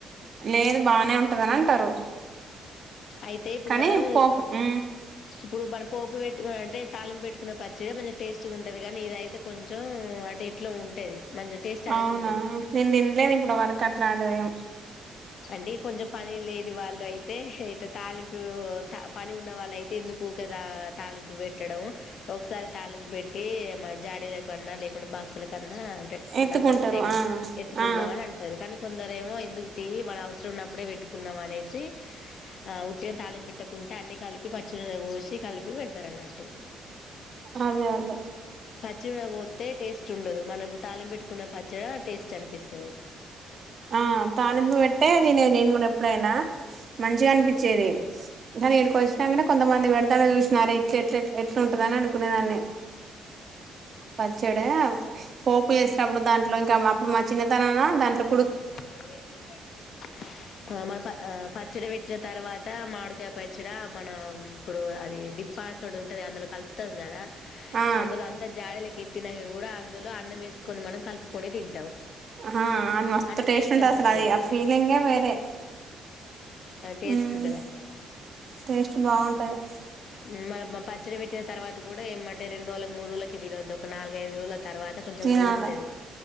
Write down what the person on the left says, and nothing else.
అయితే ఇప్పుడు
మనం
ఇప్పుడు మనం పోపు పెట్టుకు అంటే తాళం పెట్టు కున్న పచ్చిగా కొంచం తెస్తుగుంటది కానీ ఇదైతే టె కొంచం అంటే ఇట్ల ఉంటేది మంచిం టేస్ట్ అనేది
ఉం
అంటే కొంచ పనీ లే వాళ్ళు అయితే ఇటు తాలింపు పని ఉన్న వాళ్ళయితే ఎందుకు ఊకే తాలింపు పెట్టడం ఒకసారి తాలింపు పెట్టి జాడీన్నా లేకు బాక్ కన్నా ఉంటాయి
డబ్బాలు ఉంటాయి కదా
ఎత్తుకుందాం
అని అంటారు కానీ కొందరు ఏమో ఎందుకు తి మన అవసరం ఉన్నప్పుడే పెట్టుకున్నాం అనేసి ఆ ఉట్టిని తాళం పెట్టుకుంటా అన్ని కలి ప్పి పచ్చి ఉసి కాడలు పెడతారు అన్నట్టు
చ్చి మిరపకాయ్ పోతే టేస్ట్ ఉండదు మనం తాలింపు పెట్టుకున్న పచ్చ టేస్ట్ అనిపిస్తాది
కుక్కర్ లో కూడా వేసేది కట్ చేసి ప మా ప ఆ పచ్చడి పెట్టిన తర్వాతా మామిడికాయ పచ్చడా మనం ఇప్పుడు అది డిస్పస్ ఒకటి ఉంటది అందులో కలుపుతాం కదా
అందులో అంత జారులోకి తిన్నక కూడా అందులో అన్నం వేసుకొని మనం కలుపుకొని తింటాం
అట్లా
అనిపిస్తది
టేస్ట్
ఉంటది అట్లా
ఉమ్, మన మన పచ్చడి పెట్టిన తర్వాత కూడా ఏమం రెండు రోజులకు మూడు రోజులకి తినొద్దు ఒక నాలుగైదు రోజులకి తర్వాత కొంచెం
ఊరుతాది